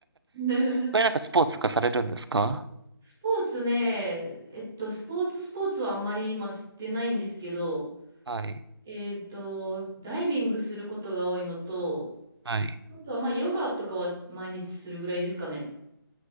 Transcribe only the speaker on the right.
これなんかスポーツとかされるんですか
はい。
はい。